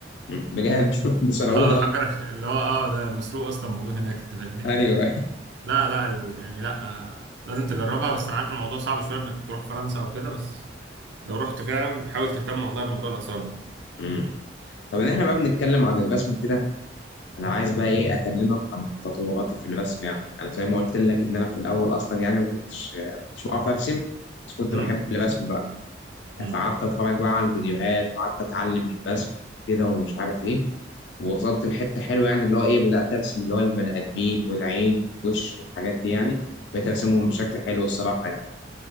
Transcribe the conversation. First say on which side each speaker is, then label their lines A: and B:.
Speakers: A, on the left; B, on the right.
A: مم. بجد <laughs> ده سرقوه
B: <laughs> اه
A: ده
B: حجر اللي هو اه ده مسروق اصلا موجود هناك انت فاهمني
A: ايوه
B: لا لا ال- يعني لا آه، لازم تجربها بس انا عارف الموضوع صعب شويه انك تروح فرنسا او كده بس لو رحت فعلا حاول تهتم والله بموضوع الاثار ده
A: امم طب ان احنا بقى بنتكلم عن الرسم وكده انا عايز بقى ايه اكلمك عن تطوراتي في الرسم يعني انا زي ما قلت لك ان انا في الاول اصلا يعني ما كنتش ما كنتش بعرف ارسم بس كنت
B: امم
A: بحب الرسم بقى
B: امم
A: فقعدت اتفرج بقى على الفيديوهات وقعدت اتعلم الرسم كده ومش عارف ايه ووصلت لحته حلوه يعني اللي هو ايه بدات ارسم اللي هو البني ادمين والعين والوش والحاجات دي يعني بقيت ارسمهم بشكل حلو الصراحه يعني